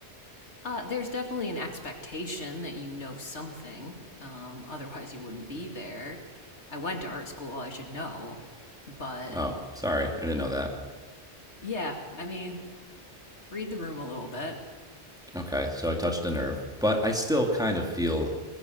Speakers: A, on the left; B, in the centre.
A: Uh, there's definitely an expectation that you know something, um, otherwise, you wouldn't be there. I went to art school, I should know. But
B: Oh, sorry. I didn't know that.
A: yeah, I mean, read the room a little bit.
B: Okay. So I touched a nerve, but I still kind of feel